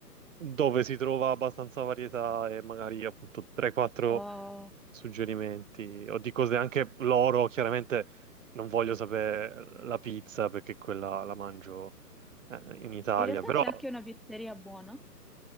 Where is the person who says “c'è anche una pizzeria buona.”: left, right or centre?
Centre